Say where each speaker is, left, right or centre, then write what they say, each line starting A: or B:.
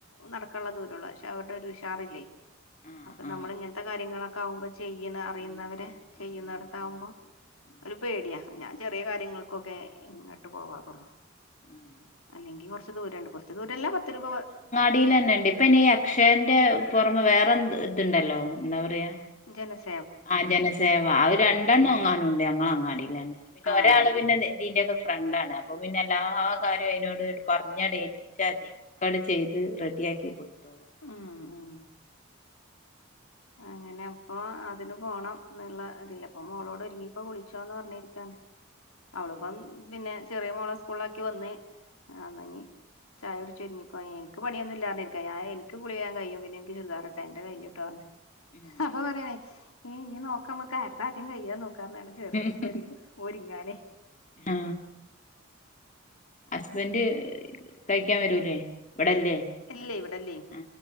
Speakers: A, on the left; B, on the left.
A: നടക്കുള്ള ദൂരമുള്ള പക്ഷെ അവരുടെ ഒരു ഉഷാറില്ലേ
B: ആഹ്
A: അപ്പൊ
B: ആഹ്
A: നമ്മൾ
B: ആഹ്
A: ഇങ്ങനത്തെ കാര്യങ്ങളൊക്കെ ആകുമ്പോ ചെയ്യുന്ന അറിയുന്നവര്
B: ആഹ് ആഹ്
A: ചെയ്യുന്നിടത്താവുമ്പോ
B: അറിയുന്ന ആഹ് ഉം
A: ഒരു പേടിയാ ഞാൻ ചെറിയ കാര്യങ്ങൾക്കൊക്കെ ഇങ്ങട്ട് പോവാറുള്ളു
B: ഉം
A: അല്ലെങ്കി കൊറച ച്ച് ദൂരെണ്ട് <unintelligible> പത്ത് രൂപ
B: അടിലന്നെ ഇണ്ട് ഇപ്പ ഇനി അക്ഷയന്റെ പുറമേ വേറെ ഇതുണ്ടല്ലോ എന്താ പറയാ
A: ജനസ്
B: ആ ജനസേവ അവര് രണ്ടെണ്ണം എങ്ങാനും ഉണ്ട് ന ഇങ്ങളെ അങ്ങാടീന്ന് <unintelligible> പിന്നെ
A: ആഹ്
B: ഒരാള് പിന്നെ ഇതീന്റെക്കെ ഫ്രണ്ടാണ് അപ്പൊ പിന്നെ എല്ലാ കാര്യവും അയിനോട് പറഞ്ഞ <unintelligible> ചെയ്ത് റെഡിയാക്കി കൊടു <unintelligible>
A: ഉം ഉം അങ്ങനെ അപ്പൊ അതിന് പോണം ന്ന്ള്ള ഇതിലാ ഇപ്പൊ മോളോട് ഒരുങ്ങിക്കോ കുളിച്ചോന്ന് പറഞ്ഞിരിക്കാണ് അവളിപ്പം
B: ഉം
A: പിന്നെ ചെറിയ മോളെ സ്കൂളിലാക്കി വന്ന് ആ ന്നാ ഞ്ഞി ചായുടി ഇജ്ജ് ഒരുങ്ങിക്കോ എന്ക്ക് പണിയൊന്നുംല്ലാന്ന് പറഞ്ഞിരിക്കാ ഞാൻ എനിക്ക് കുളി വേഗം കയും പിന്നെ എന്ക്ക് ചുരിദാറിട്ടാ എന്റെ കയിഞ്ഞിട്ടോ പർഞ്ഞ്
B: ഉം
A: ഹ അപ്പൊ പറയാണേ ഏ ഇനി നോക്ക നമുക്ക് ആരതാ ആദ്യം കയ്യാ നോക്കാ <unintelligible> കേറിട്ട്
B: ഉം ഉം
A: ണ്ടോര്
B: ഉം.
A: ഒര്ങ്ങാനെ
B: ആ ഹസ്ബൻഡ് കഴിക്കാൻ വരൂലേ ഇവിടെല്ലേ
A: ഇല്ലേ
B: നാട്ടിൽ
A: ഇവിടെല്ലേ
B: ആ